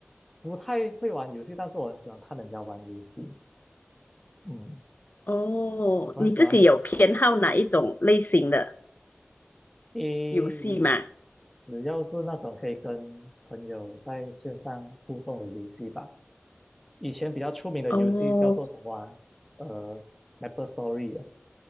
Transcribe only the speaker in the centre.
不太会玩游戏，但是我很喜欢看人家玩游戏，嗯，
我很喜欢
诶，
只要是那种可以跟朋友在线上互动的游戏吧，以前比较出名的游戏叫做什么啊？
呃，MapleStory 啊，